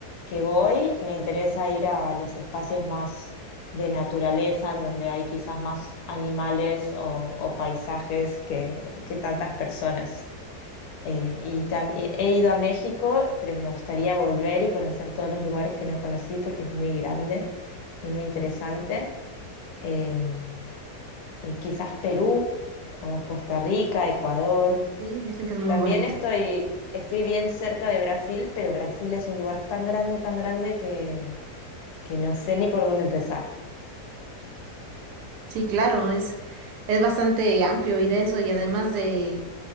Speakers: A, on the left; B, on the right.
A: que voy me interesa ir a los espacios más de naturaleza, en donde hay quizás más animales o, o paisajes que, que tantas personas. Eh, y tam- y he ido a México, pero me gustaría volver y conocer todos los lugares que no conocí porque es muy grande y muy interesante. Em, y quizás Perú o Costa Rica, Ecuador.
B: Sí, dicen que es muy
A: También
B: bonito.
A: estoy, estoy bien cerca de Brasil, pero Brasil es un lugar tan grande, tan grande que, que no sé ni por dónde empezar.
B: Sí, claro, es, es bastante amplio y denso y además de,